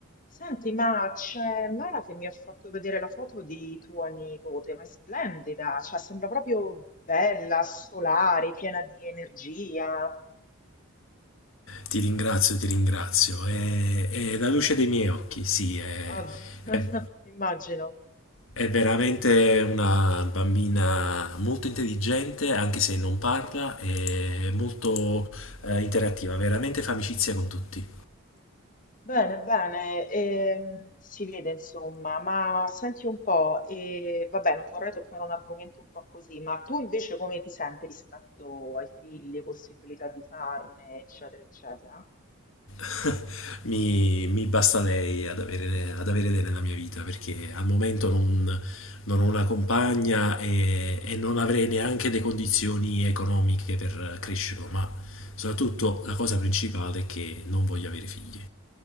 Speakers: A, on the left; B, on the left.
A: Senti, ma c'è Mara che mi ha fatto vedere la foto di tua nipote, ma è splendida, cioè sembra proprio bella, solare, piena di energia.
B: Ti ringrazio, ti ringrazio. È, è la luce dei miei occhi, sì, è,
A: Ah, <laughs>
B: è-
A: immagino.
B: è veramente una bambina molto intelligente, anche se non parla, è molto eh, interattiva, veramente fa amicizia con tutti.
A: Bene, bene, ehm, si vede insomma, ma senti un po', e, vabbè, non vorrei toccare un argomento un po' così, ma tu invece come ti senti rispetto ai figli, possibilità di farne, eccetera, eccetera?
B: <laughs> mi, mi basta lei ad avere, ad avere lei nella mia vita perché al momento non, non ho una compagna e, e non avrei neanche le condizioni economiche per crescerlo, ma soprattutto la cosa principale è che non voglio avere figli.